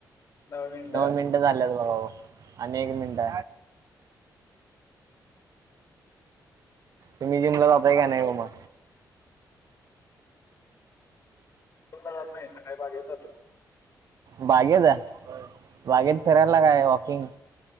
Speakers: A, on the left; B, on the right.
A: दहा मिनिटं.
B: नऊ मिनट. झाल्यात बघा हो, आणी एक मिनटं. तुम्ही जिंम ला जाताय का नाही ओ म.
A: दोनदा जात नाही, सकाळी बागेत जातो.
B: बागेतच आहे बागेत फिरायला काय वॉकिंग